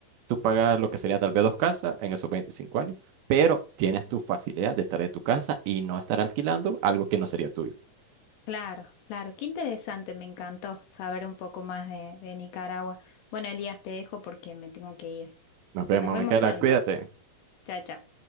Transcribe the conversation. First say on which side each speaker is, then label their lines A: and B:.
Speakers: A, on the right; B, on the left.
A: tú pagas lo que sería tal vez dos casas en esos 25 años, pero tienes tu facilidad de estar en tu casa y no estar alquilando algo que no sería tuyo.
B: Claro, claro, qué interesante, me encantó saber un poco más de, de Nicaragua. Bueno, Elías, te dejo porque me tengo que ir.
A: Nos vemos,
B: Nos vemos
A: Micaela,
B: pronto.
A: cuídate.
B: Chao, chao.